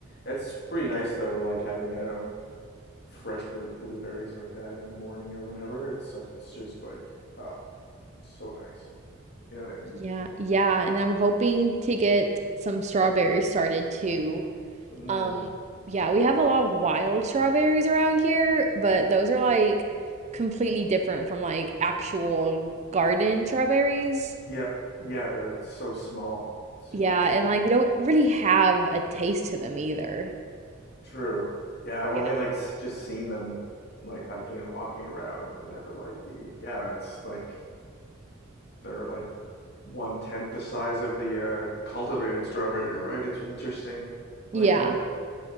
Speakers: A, on the left; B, on the right.
A: it's pretty nice though like having um fresh br- blueberries like that in the morning or whenever it's such it's just like ah so nice you know what i mean
B: Yeah, yeah, and I'm hoping to get some strawberries started too.
A: mm
B: Um, yeah, we have a lot of wild strawberries around here, but those are like completely different from like actual garden strawberries.
A: yeah yeah they're so small super
B: Yeah,
A: teeny
B: and like they don't really have a taste to them either.
A: true yeah i've only
B: Yeah.
A: like s- just seen them like hiking and walking around and they're never like the yeah it's like they're like one tenth the size of the uh, cultivated strawberry, right? It's interesting like
B: Yeah.
A: that.